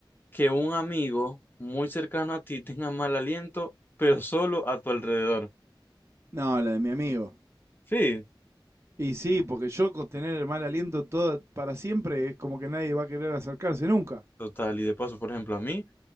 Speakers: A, on the left (about 25°); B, on the right (about 30°).
A: que un amigo muy cercano a ti tenga mal aliento, pero solo a tu alrededor.
B: No, la de mi amigo.
A: Sí,
B: Y sí, porque yo con tener el mal aliento todo para siempre es como que nadie va a querer acercarse nunca.
A: total. Y de paso, por ejemplo, a mí,